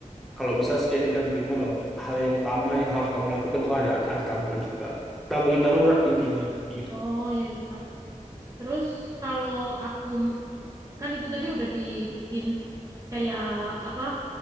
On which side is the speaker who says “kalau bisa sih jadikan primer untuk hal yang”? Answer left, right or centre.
Centre